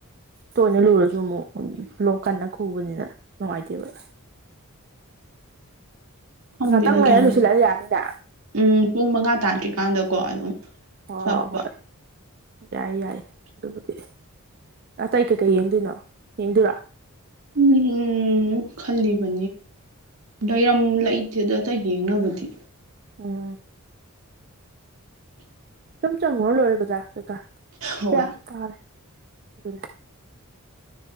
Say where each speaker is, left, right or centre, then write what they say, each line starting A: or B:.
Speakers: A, on the right; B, on the right.
A: ꯇꯣꯏꯅ ꯂꯨꯔꯁꯨ ꯑꯃꯨꯛ ꯂꯣꯛ ꯀꯟꯅ ꯈꯨꯕꯅꯤꯅ ꯅꯨꯡꯉꯥꯏꯇꯦꯕ
B: ꯈꯪꯗꯦꯗꯣ
A: ꯉꯥꯛꯇꯪ ꯂꯩꯔ
B: ꯀꯌꯥꯝ
A: ꯂꯨꯁꯤꯜꯂꯛꯑ
B: ꯀꯅꯣ
A: ꯌꯥꯅꯤꯅ
B: ꯎꯝ ꯄꯨꯡ ꯃꯉꯥ ꯇꯥꯗ꯭ꯔꯤꯀꯥꯟꯗꯀꯣ ꯑꯗꯨꯝ
A: ꯑꯣ
B: ꯆꯠꯄ
A: ꯍꯣꯏ ꯌꯥꯏ ꯌꯥꯏ ꯑꯗꯨꯕꯨꯗꯤ ꯑꯇꯩ ꯀꯩꯀꯩ ꯌꯦꯡꯗꯣꯏꯅꯣ ꯌꯦꯡꯗꯣꯏꯔꯣ
B: ꯎꯝ ꯎꯝ ꯈꯜꯜꯂꯤꯕ ꯂꯩꯔꯝ ꯂꯩꯇꯦꯗ ꯑꯇ ꯌꯦꯡꯅꯕꯗꯤ
A: ꯎꯝ ꯁꯨꯝ ꯆꯪꯉꯨꯔ ꯂꯣꯏꯔꯦ ꯕꯖꯥꯔ ꯀꯩꯀꯥ
B: ꯍꯣꯏ
A: ꯀꯌꯥ ꯇꯥꯔꯦ ꯑꯗꯨꯗꯤ